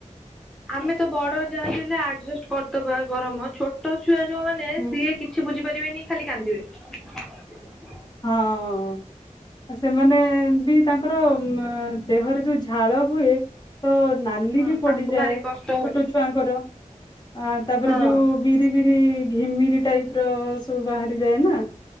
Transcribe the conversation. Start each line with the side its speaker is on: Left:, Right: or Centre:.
Centre: ଆମେ ତ ବଡ ଯାହା ବି ହେଲେ ଆଡଜେଷ୍ଟ କରିଦବା ଗରମ ଛୋଟ ଛୁଆ ଯୋଉ ମାନେ
Left: ହୁଁ
Centre: ସିଏ କିଛି ବୁଝିପାରିବେନି ଖାଲି କାନ୍ଦିବେ।
Left: ହଁ। ଆ ସେମାନେ ବି ତାଙ୍କର ଦେହରେ ଯୋଉ ଝାଳ ହୁଏ। ତ ନାଲି
Centre: ହଁ
Left: ବି
Centre: ତାଙ୍କୁ
Left: ପଡିଯାଏ
Centre: ଭାରି
Left: ଛୋଟ
Centre: କଷ୍ଟ ହୁଏ।
Left: ଛୁଆଙ୍କର। ଆ ତାପରେ
Centre: ହଁ
Left: ଯୋଉ ବିରି ବିରି ଘିମିରି ଟାଇପ ର ସବୁ ବାହାରି ଯାଏ ନା